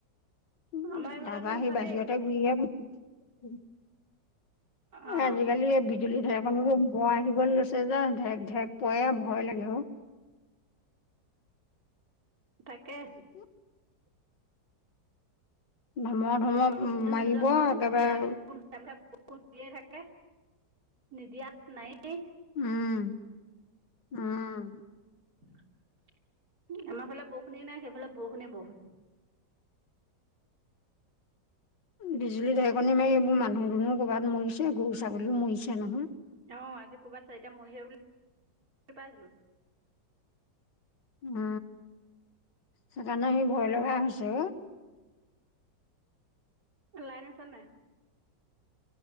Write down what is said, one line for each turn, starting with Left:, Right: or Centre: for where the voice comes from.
Left: উ
Right: আমাৰ এইফালে
Left: তাৰপা
Right: দেখোন
Left: সেই
Right: ভালেই
Left: বাহিৰতে ঘূৰি <unintelligible>
Right: অ
Left: আজিকালি বিজুলী ধেৰেক <unintelligible> <unintelligible> বৰ আহিবলৈ লৈছে যে ঢেক ঢেক পৰে ভয় লাগে অ
Right: <inaudible> তাকে
Left: <inaudible> ধমৰ ধমৰ
Right: ব
Left: মাৰিব
Right: জানো
Left: একেবাৰে
Right: দতে থাকে <unintelligible> নিদিয়াত নাইে
Left: উম, উম।
Right: আমাৰ ফালে বষুনে নাই সেইফালে বষুনে বষুন।
Left: বিজুলী ঢেকণী মাৰি এইবোৰ মানুহ দুনুও ক'ৰবাত মৰিছে গৰু ছাগলীও মৰিছে নহয়।
Right: অ' আজি ক'বাত চ <unintelligible> এতিয়া মই সেই বো <unintelligible> পাইছিলো।
Left: উম। সেইকাৰণে সি ভয় লগা হৈছো
Right: লাইন আছ নাই?